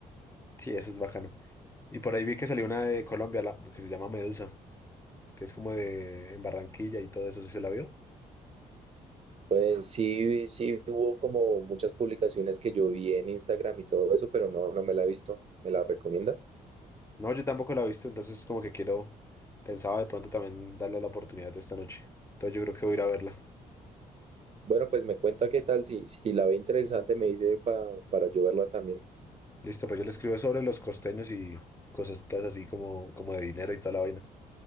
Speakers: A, on the left (about 15°); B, on the right (about 40°).
A: Sí, eso es bacano. Y por ahí vi que salió una de Colombia, la- que se llama Medusa, que es como de en Barranquilla y todo eso, ¿sí se la vio?
B: Pues sí, sí hubo como muchas publicaciones que yo vi en Instagram y todo eso, pero no, no me la he visto. ¿Me la recomienda?
A: No, yo tampoco la he visto, entonces como que quiero, pensaba de pronto también darle la oportunidad de esta noche. Entonces yo creo que voy a ir a verla.
B: Bueno, pues me cuenta qué tal, si, si la ve interesante me dice pa- para yo verla también.
A: Listo, pues yo le escribo sobre los costeños y cosas así como, como de dinero y toda la vaina.